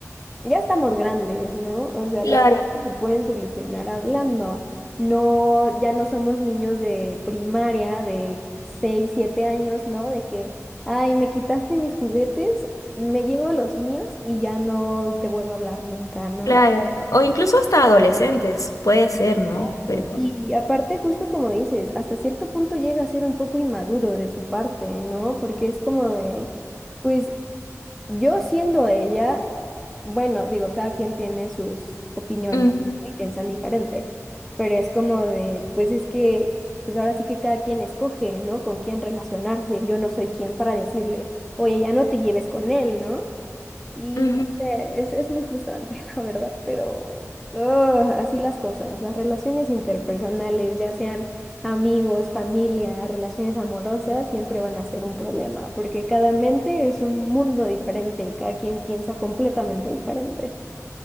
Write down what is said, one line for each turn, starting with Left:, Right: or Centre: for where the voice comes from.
Centre: ya estamos grandes, ¿no? O sea,
Left: Claro,
Centre: las cosas se pueden solucionar hablando. No, ya no somos niños de primaria, de seis siete años, ¿no? De que, ay, me quitaste mis juguetes, me llevo los míos y ya no te vuelvo a hablar nunca, ¿no?
Left: claro. O incluso hasta adolescentes, puede ser,
Centre: Exacto.
Left: ¿no? Pero
Centre: Y aparte, justo como dices, hasta cierto punto llega a ser un poco inmaduro de su parte, ¿no? Porque es como de, pues yo siendo ella, bueno, digo, cada quien tiene sus opiniones
Left: Ujú,
Centre: ¿no? y piensan diferente, pero es como de, pues es que, pues ahora sí que cada quien escoge, ¿no? Con quién relacionarse. Yo no soy quien para decirle, oye, ya no te lleves con él, ¿no? Y
Left: ujú.
Centre: no sé, es, es muy frustrante, <laughs> la verdad, pero ugh, así las cosas, las relaciones interpersonales, ya sean amigos, familia, relaciones amorosas, siempre van a ser un problema, porque cada mente es un mundo diferente, cada quien piensa completamente diferente.